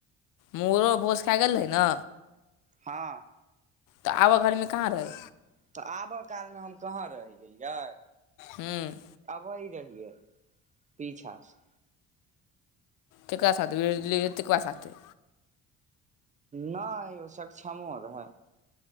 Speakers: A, on the left; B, on the right.
A: मोरो मे' भोज खाए गेल रही न
B: हँ
A: तऽ आबऽ घड़ीमे कहाँ रही
B: तऽ आबऽ कालमे हम कहाँ रहि गेलियै
A: हूँ
B: वहीं रहियै पीछा सँ
A: केकरा साथे जेकरा साथे गेलही रहे तेकरा साथे
B: नै ओ सक्षमो रहै